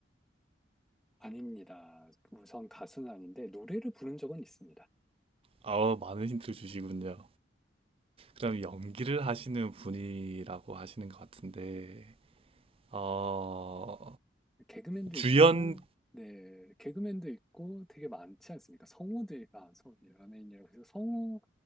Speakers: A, in the centre; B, on the right.
A: 아닙니다. 우선 가수는 아닌데 노래를 부른 적은 있습니다.
B: 아, 많은 힌트를 주시군요. 그럼 연기를 하시는 분이라고 하시는 것 같은데, 어,
A: 개그맨도
B: 주연,
A: 있고, 네, 개그맨도 있고 되게 많지 않습니까? 성우도, 있- 아, 성우, 연예인이라고 해서 성우도